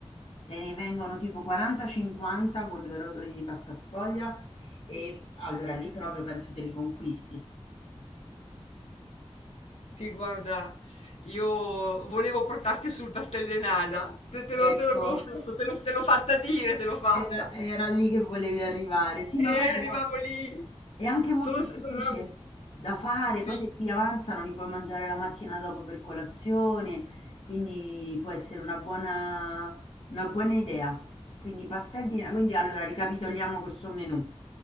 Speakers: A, on the left; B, on the left.
A: te ne vengono tipo 40-50 con due rotoli di pasta sfoglia e allora lì proprio penso te li conquisti.
B: Sì, guarda, io volevo portarti sul pastel de nata, te, te
A: Ecco,
B: lo, te lo confesso, te lo- te l'ho fatta dire, te l'ho fatta.
A: Era era lì che volevi arrivare. Sì,
B: E
A: ma guarda,
B: arrivavo lì.
A: è anche molto
B: Solo se
A: semplice
B: sarà un...
A: da fare,
B: Sì,
A: poi se ti avanzano li puoi mangiare la mattina dopo per colazione, quindi può essere una buona, una buona idea. Quindi pastel di... Quindi allora ricapitoliamo questo menù.